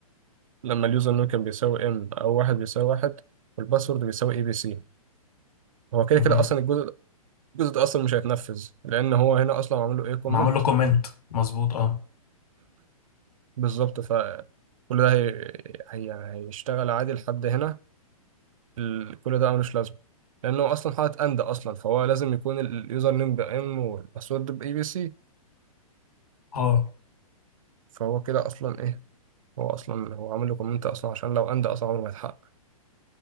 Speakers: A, on the right (about 60°); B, on the left (about 85°).
A: لما اليوزر نوم كان بيساوي ام او واحد بيساوي واحد والباسورد بيساوي اي بي سي هو كده
B: مهم.
A: كده اصلا الجزء ده- الجزء ده اصلا مش هيتنفذ لان هو هنا اصلا عامل له ايه كومنت
B: معمول له كومنت مظبوط اه
A: بالظبط ف كل ده هي... هي... هيشتغل عادي لحد هنا ال- كل ده ملوش لازمه لانه اصلا حاطط اند اصلا فهو لازم يكون اليوزر نيم بام والباسورد باي بي سي
B: اه
A: فهو كده اصلا ايه هو اصلا هو عامل له كومنت اصلا عشان لو اند اصلا عمره ما يتحقق